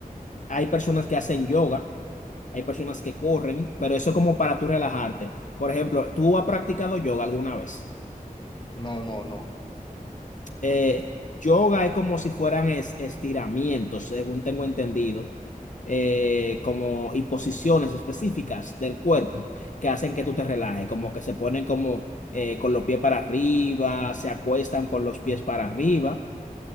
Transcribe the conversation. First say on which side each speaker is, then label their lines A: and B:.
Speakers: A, on the left; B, on the left.
A: hay personas que hacen yoga hay personas que corren, pero eso es como para tú relajarte. Por ejemplo, ¿tú has practicado yoga alguna vez?
B: No, no, no.
A: Eh, yoga es como si fueran es- estiramientos, según tengo entendido, eh, como y posiciones específicas del cuerpo que hacen que tú te relajes, como que se ponen como eh, con los pies para arriba, se acuestan con los pies para arriba